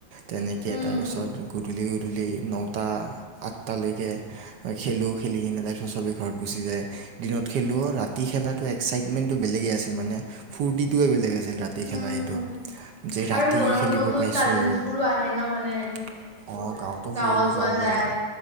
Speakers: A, on the right (about 65°); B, on the right (about 20°).
A: তেনেকৈ
B: উম
A: তাৰপিছত গধূলি গধূলি নটা আঠটা লৈকে খেলোঁ খেলি কিনে তাৰপিছত চবেই ঘৰত গুচি যায়। দিনত খেলোঁ ৰাতি খেলাটো এক্সাইটমেণ্টটো বেলেগেই আছিল মানে ফূৰ্তিটোৱে বেলেগ আছিল ৰাতি। দেখা
B: হুম
A: নাই সেইটো
B: হুম
A: যে
B: আৰু
A: ৰাত ই
B: গৰমৰ
A: খেলিব
B: বন্ধত
A: পাইছোঁ
B: কাজিনচ
A: অ
B: বোৰো আহে ন মানে এইবোৰ
A: গাঁৱতো
B: গাঁৱত
A: ফুৰিব
B: যোৱা
A: যাওঁ
B: যায়
A: বাৰু